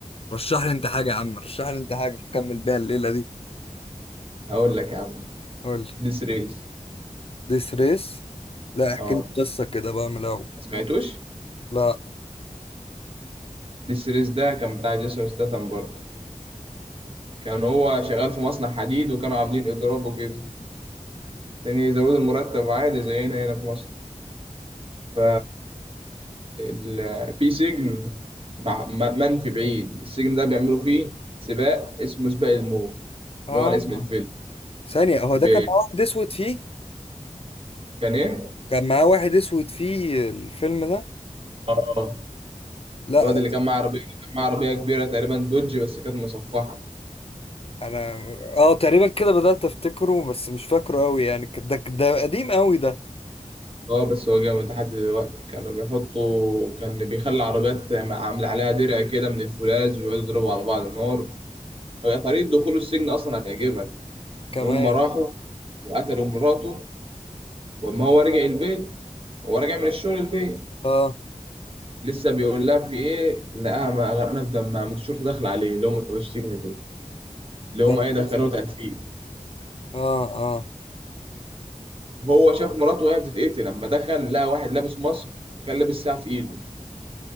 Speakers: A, on the left; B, on the right.
A: رشح لي انت حاجة يا عم رشح لي انت حاجة نكمل بيها الليلة دي
B: هقول لك يا عم
A: قول لي
B: ديس ريس
A: ديس ريس لا احكي
B: اه
A: لي القصة كده بقى من الأول
B: ما سمعتوش
A: لا
B: السيريز ده كان بتاع جيسون ستاثام برضه كان هو شغال في مصنع حديد وكانوا عاملين اضراب وكده عشان يزودوا المرتب عادي زينا هنا في مصر ف ال... في سجن مع... م- منفي بعيد السجن ده بيعملوا فيه سباق اسمه سباق الموت
A: اه
B: اللي هو على اسم الفيلم
A: ثانية هو
B: ب...
A: ده كان معاه واحد اسود فيه
B: كان ايه؟
A: كان معاه واحد اسود فيه الفيلم ده
B: اه
A: لا
B: الواد اللي كان معاه عربيه كان معاه عربيه كبيره تقريبا دوج بس كانت مصفحه
A: انا اه تقريبا كده بدأت افتكره بس مش فاكره قوي يعني ك- ده ده قديم قوي ده
B: اه بس هو جامد لحد دلوقتي كانوا بيحطوا كان بيخلي عربيات عامل عليها درع كده من الفولاذ ويقعدوا يضربوا على بعض نار هي طريقة دخوله السجن أصلا هتعجبك
A: كمان
B: إن هم راحوا وقتلوا مراته وأما هو رجع البيت هو راجع من الشغل البيت
A: اه
B: لسه بيقول لها في إيه لقاها ما- غرقانة في دمها من الشرطة داخلة عليه اللي هم بتوع السجن دول اللي هم
A: ده ملبس-
B: إيه دخلوه تدفين
A: اه اه
B: هو شاف مراته وهي بتتقتل لما دخل لقى واحد لابس ماسك وكان لابس ساعة في إيده